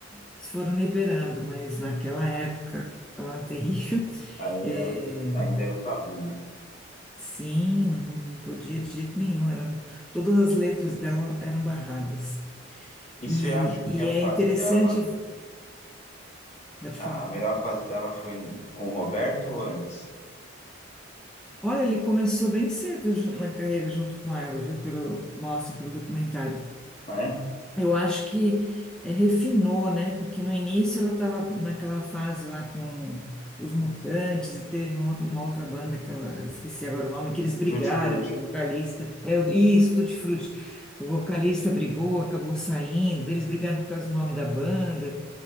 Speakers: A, in the centre; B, on the left (about 35°).
A: eles foram liberando, mas naquela época lá terrível, <laughs>
B: Aí
A: eh,
B: era, ainda era um tabu, né?
A: sim, não podia de jeito nenhum. Era, todas as letras dela eram barradas.
B: E
A: E,
B: você acha
A: e
B: que a
A: é
B: fase
A: interessante,
B: dela,
A: pode
B: a,
A: falar.
B: a melhor fase dela foi com o Roberto ou antes?
A: Olha, ele começou bem cedo ju- na carreira junto com ela, viu? Pelo, mostra pelo documentário.
B: Ah, é?
A: Eu acho que eh, refinou, né? Porque no início ela estava naquela fase lá com os Mutantes e teve um outro- uma outra banda que ela, esqueci agora o nome, que eles brigaram,
B: Tutti Frutti.
A: o vocalista. É, o- isso, Tutti Frutti. O vocalista brigou, acabou saindo, eles brigaram por causa do nome da banda,